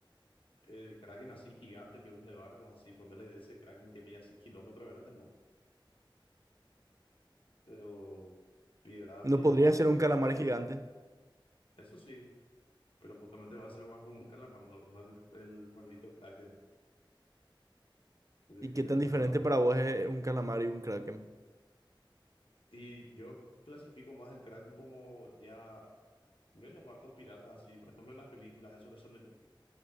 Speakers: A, on the left; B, on the right.
A: El Kraken así gigante que hunde barcos, así, ponerle ese Kraken que mide así kilómetros de grande, no. Pero pie grande
B: No
A: y
B: podría
A: demás,
B: ser
A: así,
B: un
A: el
B: calamar
A: buen
B: gigante.
A: dios. Eso sí, pero justamente va a ser más como un calamar, no, no el, el maldito Kraken de
B: ¿Y
A: que
B: qué
A: tenemos
B: tan diferente
A: en la imagen.
B: para vos es un calamar y un kraken?
A: Y yo clasifico más el Kraken como ya Yo los barcos piratas así, por ejemplo, en las películas, esos que son el-